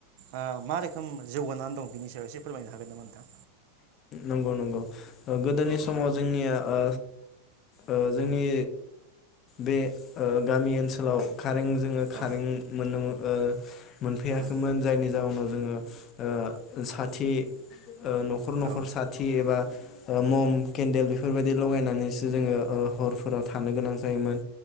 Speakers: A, on the right (about 55°); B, on the left (about 40°).
A: ओ मा रोखोम जौगानानै दं बेनि सायाव एसे फोरमायनो हागोन नामा नोंथां?
B: नंगौ नंगौ। गोदोनि
A: औ
B: समाव जोंनिया ओ ओ जोंनि बे ओ गामि ओनसोलाव कारें जोङो खारें
A: औ
B: मोनो मोनफैयाखैमोन
A: औ
B: जायनि जाउनाव जोङो ओ साथि ओ। न'खर न'खर
A: औ
B: साथि एबा ओ मम केन्देल बेफोरबायदि लगायनानै जोङो ओ हरफोराव था थानो गोनां जायोमोन